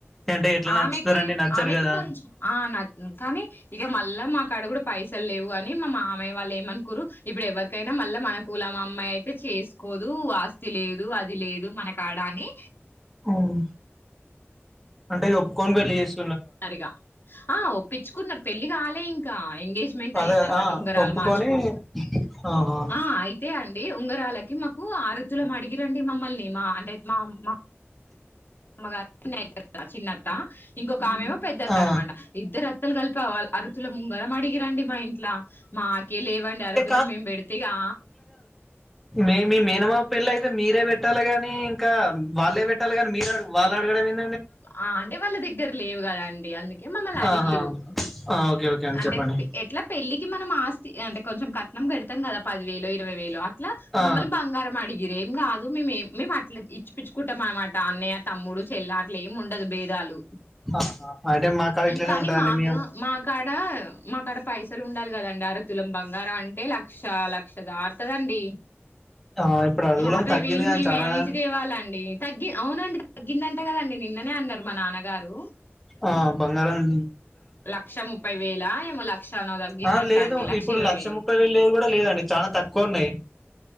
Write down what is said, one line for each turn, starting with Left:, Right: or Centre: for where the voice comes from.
Centre: అంటే ఎట్లా నచ్చుతారండి
Left: ఆమెకి
Centre: నచ్చరు
Left: ఆమెకి
Centre: కదా
Left: కొంచెం ఆ న కానీ ఇక మళ్ళా మా కాడ కూడ పైసలు లేవు. అని మా మామయ్యా వాళ్ళు ఏమనుకురు. ఇప్పుడు ఎవరికైనా మళ్ళా మన కులం అమ్మాయి అయితే చేసుకోదు, ఆస్తి లేదు, అది లేదు, మనకాడ అని.
Centre: ఉమ్ అంటే ఒప్పుకొని పెళ్లి చేస్
Left: రిగా ఆ ఒప్పించుకున్నరు. పెళ్లి కాలే ఇంకా ఎంగేజ్మెంట్
Centre: అదే
Left: అయింది అనమాట.
Centre: ఆ
Left: ఉంగరాలు
Centre: ఒప్పుకొని
Left: మార్చుకురు.
Centre: ఆహా
Left: ఆ అయితే అండి ఉంగరాలు మాకు ఆరుతులం అడిగిరండి మమ్మల్ని మా అంటే మా మా మ చిన్న అయితు చిన్నత్త ఇంకొ ఒకామేమో పెద్ద అత్త
Centre: ఆ
Left: అనమాట ఇద్దరు అ త్ లు కలిపా అరుతులం ఉంగరం అడిగిరండి మా ఇంట్లో మా లేవండి
Centre: అంటే
Left: అరతులం మేం పెడితేగా
Centre: మె మీ మేనమామ పిళ్ళి అయితే మీరే పెట్టాలి గాని ఇంకా వాళ్ళే పెట్టాలి కానీ మీరు అడు వాలనడుగడ ఏమైన్
Left: ఆ అంటే వాళ్ళ దగ్గర లేవు కద అండి. అందుకే మమ్మల్ని అడిగిరు
Centre: ఆహా ఆ ఓకే ఓకే అండి
Left: అంటే
Centre: చెప్పండి
Left: ఎట్లా పెళ్ళికి మనం ఆస్ అంటే కొంచెం కట్నం కడతాం కదా పది వేలు ఇరవై వేలు లా
Centre: ఆ
Left: మమ్మల్ బంగారం అడిగి మీరేం కాదు మేమేం మేము అట్లా ఇచ్చి పుచ్చుకుంటాం అనమాట. అన్నయ్య తమ్ముడు చెల్ల అట్లేం ఉండది బే ధాలు
Centre: ఆహా అంటే మా కాడ ఇట్లనే
Left: కానీ
Centre: ఉంటదండి
Left: మాకు
Centre: మేము
Left: మా కాడ మాకాడ పైసలు ఉండాలి కదండి. అరతులం బంగారం అంటే లక్ష లక్ జారుతదండి
Centre: ఆ ఇప్పుడు అడవులం
Left: యాభై
Centre: తగ్గింది
Left: వేలు
Centre: కానీ
Left: మేము
Centre: చానా
Left: యాడ్నుంచి తేవాలండి. తగ్గి అవునండి తగ్గిందంట కదండి నిన్ననే అన్నారు మా నాన్నగారు
Centre: ఆ బంగారమ్
Left: లక్ష ముప్పై వేల ఏమో లక్షనో తగ్గిందంట
Centre: ఆ లేదు
Left: అండి లక్ష
Centre: ఇప్పుడు
Left: ఇరవై వేలు,
Centre: ముప్పై లేదు కూడా లేదండి చాలా తక్కువ ఉన్నాయి